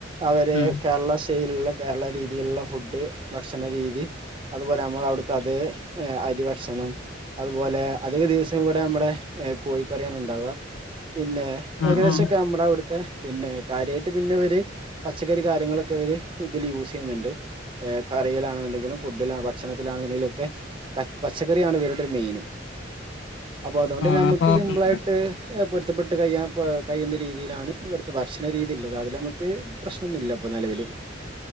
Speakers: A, on the right; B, on the left.
A: അവര്
B: ആ
A: കേരളസ്റ്റൈലില്ള്ള കേരള രീതിയില്ള്ള ഫുഡ് ഭക്ഷണ രീതി അത്പോലെ നമ്മളവ്ട്ത്തെ അതെ എഹ് അരി ഭക്ഷണം അത്പോലെ അധിക ദിവസ് അവ്ടെ എഹ് കോയികറ്യാണ് ണ്ടാവ. പിന്നെ
B: ആ
A: ഏകദേശൊക്കെ
B: ആ
A: അമ്മളവ്ട് ത്തെ പിന്നെ കാര്യായിട്ട് പിന്നെവര് പച്ചക്കറി കാര്യങ്ങളൊക്കെ ഇവര് ഇതിൽ യൂസെയ്യ്ന്ന്ണ്ട് എഹ് കറിയിലാണെന്ന്ണ്ടെങ്കിലും ഫുഡില ഭക്ഷണത്തിലാണെന്ന്ണ്ടെങ്കിലൊക്കെ പ പച്ചക്കറിയാണ് ഇവരുടൊരു മെയിന്. അപ്പൊ അതോണ്ട്
B: ആ
A: നമക്ക്
B: അപ്പൊ
A: സിമ്പിളായിട്ട് ഏഹ് പൊര്ത്തപ്പെട്ട് കയ്യാ എഹ് കയ്യേണ്ട രീതിയിലാണ് ഇവട്ത്തെ ഭക്ഷണ രീതി ള്ളത് അതിലമ്മക്ക് പ്രശ്നൊന്നുല്ല പ്പോ നെലവില്.